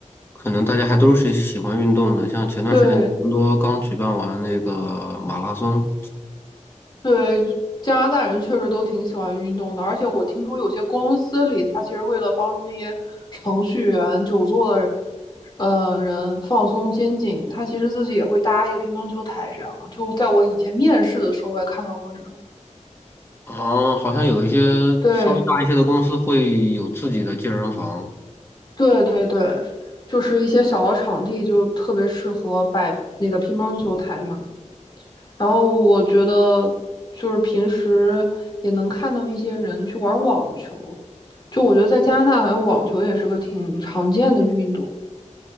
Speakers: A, on the left; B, on the left.
A: 可能大家还都是喜欢运动的。像前段时间，
B: 对
A: 多刚举办完那个马拉松。
B: 对，加拿大人确实都挺喜欢运动的，而且我听说有些公司里，他其实为了帮助那些程序员、久坐的呃人放松肩颈，他其实自己也会搭一个乒乓球台，这样。就在我以前面试的时候，我也看到过这种。
A: 哦，好像有一些
B: 对，
A: 稍微大一些的公司会有自己的健身房。
B: 对对对，就是一些小的场地就特别适合摆那个乒乓球台嘛。然后我觉得就是平时也能看到一些人去玩网球，就我觉得在加拿大好像网球也是个挺常见的运动。